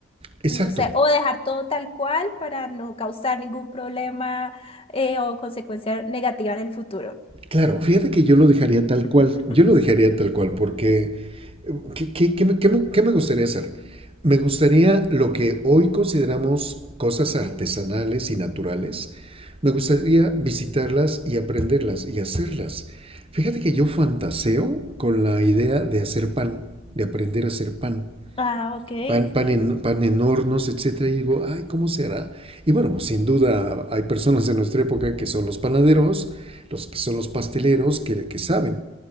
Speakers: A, on the right; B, on the left.
A: Exacto.
B: no sé, o dejar todo tal cual para no causar ningún problema eh, o consecuencia negativa en el futuro.
A: Claro, fíjate que yo lo dejaría
B: <laughs>
A: tal cual. Yo lo dejaría tal cual porque eh, ¿qué, qué- qué me, qué me- qué me gustaría hacer? Me gustaría lo que hoy consideramos cosas artesanales y naturales. Me gustaría visitarlas y aprenderlas y hacerlas. Fíjate que yo fantaseo con la idea de hacer pan, de aprender a hacer pan
B: Ah, ok,
A: pan, pan
B: sí.
A: en, pan en hornos, etcétera, y digo, ay, ¿cómo será? Y bueno, pues, sin duda hay personas de nuestra época que son los panaderos, los que son los pasteleros, que, que saben,